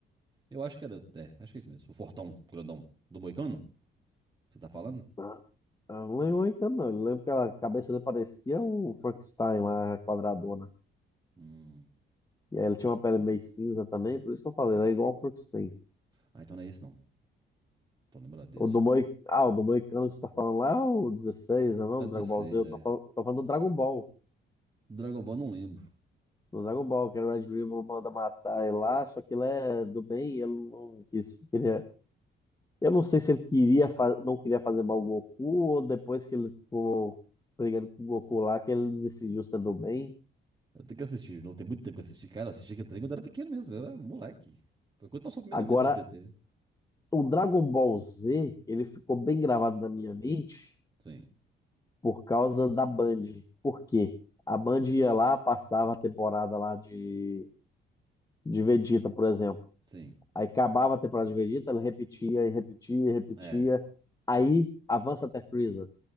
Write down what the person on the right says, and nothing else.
Eu acho que era o. É, acho que é isso mesmo. O Fortão, grandão. Do Moicano? Você tá falando?
Hum.
Ah, então não é esse não. Tô lembrado desse,
não.
É
16
é.
Dragon Ball não lembro.
Eu tenho que assistir, não tem muito tempo que eu assisti. Cara, eu assisti que trem quando eu era pequeno mesmo, eu era moleque. Foi quando passou a primeira
vez no SBT.
Sim,
sim.
É,